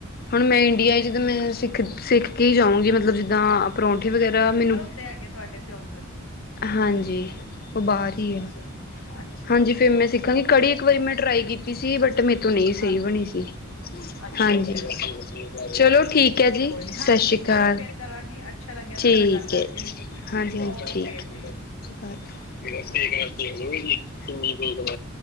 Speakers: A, on the left (about 45°); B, on the left (about 70°).
A: ਹੁਣ ਮੈਂ ਇੰਡੀਆ ਜਦੋ ਆਣੀ ਮੈਂ ਸਿੱਖ, ਸਿੱਖ ਕੇ ਜਾਊਂਗੀ ਮਤਲਬ ਜਿੱਦਾਂ ਪਰੌਂਠੇ ਵਗੈਰਾ ਮੈਨੂੰ
B: ਕਿੱਥੇ ਹੈਗੇ ਤੁਹਾਡੇ ਫਿਉ
A: ਹਾਂਜੀ, ਉਹ ਬਾਹਰ ਹੀ
B: ਅੱਛਾ
A: ਹੈ।
B: ਅੱਛਾ
A: ਹਾਂਜੀ,
B: ਅੱਛਾ
A: ਫੇਰ ਮੈਂ ਸਿੱਖਾਂਗੀ।
B: ਚਲੋ
A: ਕੜੀ ਇੱਕ ਵਾਰੀ ਮੈਂ ਟਰਾਈ ਕੀਤੀ ਸੀ ਬਟ ਮੇਰੇ ਤੋਂ ਨਹੀਂ ਸਹੀ
B: ਹਾਂਜੀ
A: ਬਣੀ ਸੀ।
B: ਅੱਛਾ
A: ਹਾਂਜੀ,
B: ਅੱਛਾ
A: ਚਲੋ ਠੀਕ ਹੈ ਜੀ,
B: ਕੋਈ
A: ਸਤਿ
B: ਨੀ ਹਾਂਜੀ
A: ਸ੍ਰੀ ਅਕਾਲ
B: ਚਲੋ ਫੇਰ ਕਰਾਂਗੇ ਅੱਛਾ ਲੱਗਿਆ ਤੁਹਾਡੇ
A: ਠੀਕ
B: ਨਾਲ ਗੱਲ ਕਰਕੇ
A: ਹੈ, ਹਾਂਜੀ- ਹਾਂਜੀ
B: ਓਕੇ
A: ਠੀਕ
B: ਜੀ
A: <unintelligible>